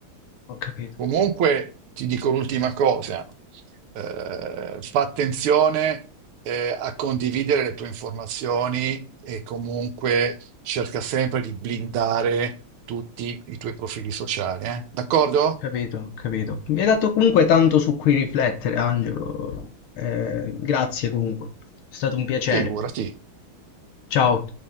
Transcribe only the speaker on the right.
Comunque ti dico l'ultima cosa, eh, fa attenzione eh, a condividere le tue informazioni e comunque cerca sempre di blindare tutti i tuoi profili sociali, eh. D'accordo?
Figurati.